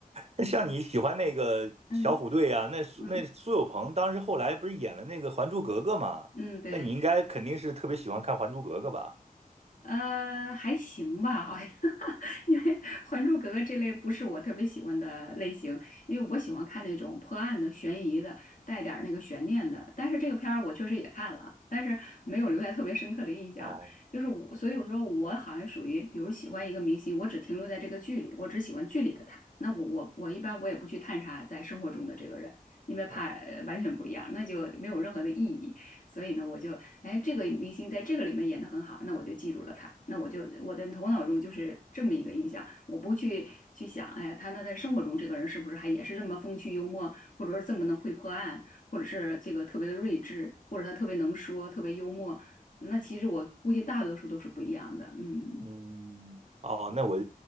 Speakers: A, on the right; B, on the left.
A: 那像你喜欢那个小虎队啊，
B: <laughs> 嗯
A: 那苏那苏有朋当时后来不是演了那个《还珠格格》嘛？
B: 嗯嗯，对。
A: 那你应该肯定是特别喜欢看《还珠格格》吧？
B: 呃，还行吧，好像，<laughs> 因为《还珠格格》这类不是我特别喜欢的类型，因为我喜欢看那种破案的、悬疑的，带点儿那个悬念的。但是这个片儿我确实也看了，但是没有留下特别深刻的印象。
A: 哦
B: 就是我，所以我说我好像属于，比如喜欢一个明星，我只停留在这个剧里，我只喜欢剧里的他。那我我我一般我也不去探查在生活中的这个人，因为怕呃完全不一样，
A: 啊，
B: 那就没有任何的意义。所以呢，我就哎，这个明星在这个里面演得很好，那我就记住了他。那我就我的头脑中就是这么一个印象，我不去去想，哎呀，他那在生活中这个人是不是还也是这么风趣幽默，或者是这么能会破案，或者是这个特别的睿智，或者他特别能说，特别幽默。那其实我估计大多数都是不一样的，嗯。
A: 嗯，哦，那我